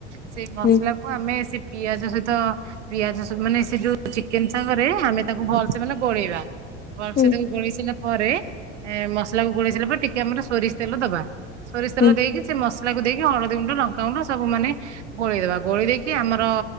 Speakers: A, on the right; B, on the left.
A: ସେଇ ମସଲାକୁୁ
B: ହୁଁ
A: ଆମେ ସେ। ପିଆଜ ସହିତ ପିଆଜ ମାନେ ସେ ଯୋଉ ଚିକେନ ସାଙ୍ଗରେ ଆମେ ତାକୁ ଭଲସେ ମାନେ ଗୋଳେଇବା।
B: ହୁଁ
A: ସେ ତାକୁ ଗୋଳେଇ ସାରା ପରେ ମସଲାକୁ ଗୋଳେଇ ସାରିଲା ପରେ ଟିକେ ଆମର ସୋରିଷ ତେଲ ଦବା। ସୋରିଷତେଲ
B: ହୁଁ
A: ଦେଇକି ସେ ମସ। କୁ ଦେଇକି ହଳଦୀ ଗୁଣ୍ଡ ଲଙ୍କାଗୁଣ୍ଡ ସବୁ ମାନେ ଗୋଳେଇଦେବା ଗୋଳି ଦେଇକି ଆମର